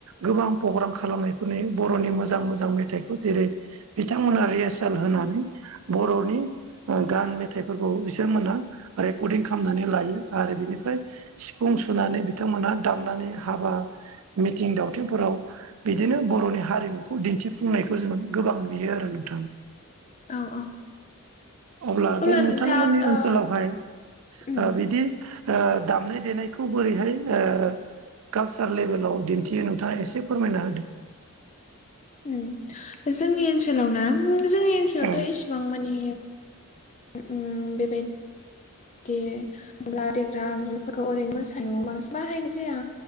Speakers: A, on the right (about 80°); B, on the left (about 35°).
A: गोबां प्ग्राम खालामनायखौ नुयो बर'नि मोजां मोजां मेथाइखौ जेरै बिथांमोना रिहार्साल होनानै बर'नि गान मेथाइफोरखौ बिथांमोनहा रेकर्डिं खालामनानै लायो आरो बिनिफ्राय सिफुं
B: उम
A: सुनानै
B: उम
A: बिथांमोनहा दामनानै हाबा मिथिं दावथिंफोराव बिदिनो बर'नि हारिमुखौ दिन्थिफुंनायखौ जोङो गोबां नुयो आरो नोंथां।
B: औ औ
A: अब्ला बे
B: नोंथां
A: नोंथांमोननि
B: ओ
A: ओनसोलावहाय
B: उम
A: ओ बिदि दामनाय देनायखौ बोरैहाय ओ कालसार लेभेलाव दिन्थियो नोंथाङा एसे फोरमायना होदो।
B: उम जोंनि ओनसोलाव ना जोंनि ओनसोलावथ'
A: औ
B: इसेबां मानि उम बेबाय दि होमब्ला देग्रा आगजुफोरखौ ओरैनो मोसायो बांसिन बाहायनाय जाया